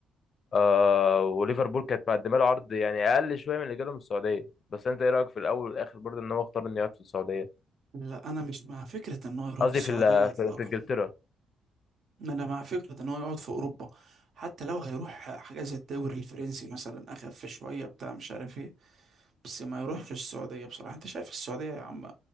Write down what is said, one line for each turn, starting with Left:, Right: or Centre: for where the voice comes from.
Left: آه وليفربول كانت مقدمه له عرض يعني اقل شويه من اللي جاله من السعوديه بس انت ايه رايك في الاول والاخر برضه ان هو اختار انه يقعد في السعوديه
Right: لا انا مش مع فكرة ان هو يروح
Left: قصدي
Right: السعودية
Left: في ال-
Right: اطلاقا
Left: في في انجلترا
Right: انا مع فكره ان هو يقعد في اوروبا حتى لو هيروح حاجه زي الدوري الفرنسي مثلا اخف شويه بتاع مش عارف ايه بس ما يروحش السعوديه بصراحه انت شايف السعوديه يا عم